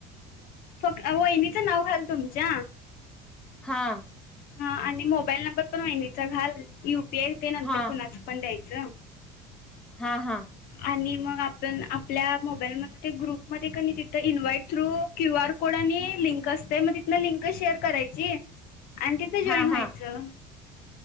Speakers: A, on the left; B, in the centre.
A: ह वहिणीचं नाव घाल तुमच्या
B: हा.
A: हा आणि मोबाईल नंबर पण वहिनीचा घाल यू यू पी आय ते नंतर
B: हा
A: ते कूणाच पण द्यायचं. हिजा
B: हा हा.
A: आणि मग आपण आपल्या मोबाईल म ते ग्रुपमध्ये कनी तिथ invite through Q R code आणि लिंक असतय मग तिथन लिंक शेअर करायची. आणि तिथं जॉईन
B: हा
A: व्हायचं.
B: हा